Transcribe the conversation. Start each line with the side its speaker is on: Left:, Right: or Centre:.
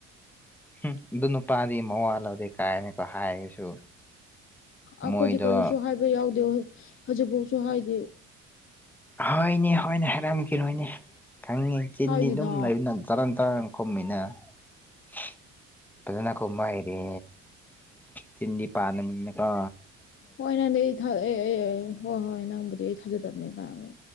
Centre: ꯍꯝ ꯑꯗꯨ ꯅꯨꯄꯥꯗꯤ ꯃꯋꯥ ꯂꯧꯗꯦ ꯀꯥꯏꯅꯀꯣ ꯍꯥꯏꯔꯁꯨ
Left: ꯑꯩꯈꯣꯏꯗꯤ
Centre: ꯃꯣꯏꯗꯣ
Left: ꯀꯔꯤꯁꯨ ꯍꯥꯏꯕ ꯌꯥꯎꯗꯦ ꯍꯧꯖꯤꯛꯐꯥꯎꯁꯨ ꯍꯥꯏꯗꯤ
Centre: ꯍꯣꯏꯅꯦ ꯍꯣꯏꯅꯦ ꯍꯥꯏꯔꯝꯈꯤꯔꯣꯏꯅꯦ ꯈꯪꯉꯤ ꯆꯤꯟꯗꯤ
Left: ꯍꯥꯏꯗꯦꯅ
Centre: ꯑꯗꯨꯝ ꯂꯩꯕꯥ ꯇꯥꯡ ꯀꯝꯃꯦꯅ <unintelligible> ꯐꯖꯅ ꯈꯨꯝꯕ ꯍꯩꯔꯦ ꯆꯤꯟꯗꯤ ꯄꯥꯅꯕꯅꯤꯅꯀꯣ
Left: ꯍꯣꯏ ꯅꯪꯗꯤ ꯑꯩ ꯑꯩ ꯍꯣꯏ ꯍꯣꯏ ꯅꯪꯕꯨꯗꯤ ꯑꯩ ꯊꯥꯖꯗꯕꯅ ꯀꯣ